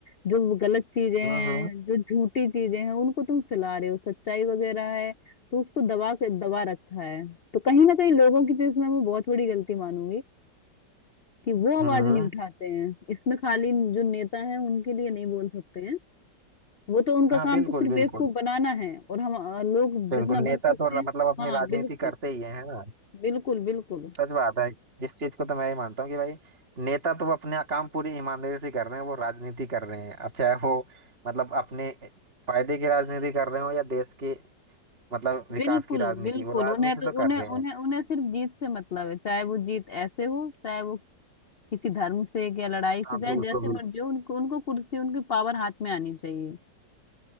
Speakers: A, on the left; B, on the right.
A: जो गलत चीजें हैं
B: हम्म हम्म
A: जो झूठी चीजें हैं उनको तुम फैला रहे हो सच्चाई वगैरह है तो उसको दबा के दबा रखा है तो कहीं ना कहीं लोगों की तो इसमें मैं वो बहुत बड़ी गलती मानूंगी कि वो आवाज
B: हम्म
A: नहीं उठाते हैं इसमें खाली जो नेता हैं उनके लिए नहीं बोल सकते हैं वो तो उनका
B: हाँ
A: काम
B: बिल्कुल
A: तो सिर्फ
B: बिल्कुल
A: बेवकूफ बनाना है और हम अ, लोग
B: बिल्कुल
A: जितना
B: नेता
A: बन सकते
B: तो
A: हैं
B: र- मतलब अपनी
A: हाँ
B: राजनीति
A: बिल्कुल
B: करते ही हैं है ना
A: बिल्कुल बिल्कुल
B: सच बात है इस चीज को तो मैं ही मानता हूँ कि भाई नेता तो अपना काम पूरी ईमानदारी से कर रहे हैं वो राजनीति कर रहे हैं अब चाहे वो मतलब अपने फायदे की राजनीति कर रहे हो या देश के मतलब विकास
A: बिल्कुल
B: की राजनीति
A: बिल्कुल
B: वो राजनीति
A: उन्हें तो
B: तो
A: उन्हें
B: कर रहे
A: उन्हें
B: हैं
A: उन्हें सिर्फ जीत से मतलब है चाहे वो जीत ऐसे हो चाहे वो किसी धर्म से या लड़ाई से
B: हाँ
A: चाहे
B: बिल्कुल
A: जैसे
B: बिल्कुल
A: मर्जी हो उनको उनको कुर्सी उनकी पावर हाथ में आनी चाहिए